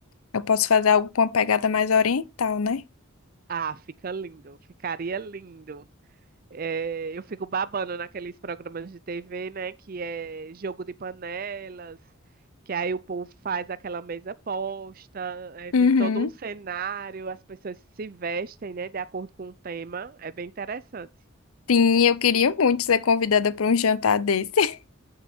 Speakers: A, on the left; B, on the right.
A: Eu posso fazer algo com uma pegada mais oriental, né?
B: Ah, fica lindo. Ficaria lindo. É, eu fico babando naqueles programas de TV, né? Que é jogo de panelas, que aí o povo faz aquela mesa posta, é,
A: Uhum.
B: tem todo um cenário, as pessoas se vestem, né? De acordo com o tema. É bem interessante,
A: Sim, eu queria muito ser convidada para um jantar desse. <laughs>